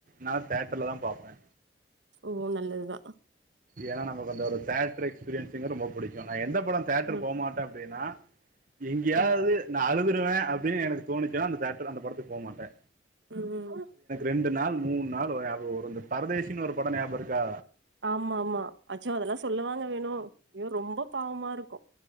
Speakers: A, on the right; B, on the right.
A: நா தேட்டர்ல தா பாப்பே
B: ஓ நல்லதுதா
A: ஏனா நமக்கு அந்த ஒரு தேட்ரு எக்ஸ்பீரியன்ஸுங்கிறது ரொம்ப புடிக்கு நா எந்த பட தேட்ரு
B: ம்
A: போமாட்டே அப்டினா எங்கயாவ்து
B: ம்
A: நா அழுதுருவே அப்டின்னு எனக்கு தோணுச்சுனா அந்த தேட்ரு அந்த படத்துக்கு போமாட்டே
B: ம் ம்
A: ரெண்டு நாள் மூணு நாள் வர ஞாபக வரு இந்த பரதேசின்னு ஒரு பட ஞாபக இருக்கா
B: ஆமா ஆமா அச்சோ அதெல்லா சொல்லுவாங்க வேணு ஐயோ ரொம்ப பாவமா இருக்கு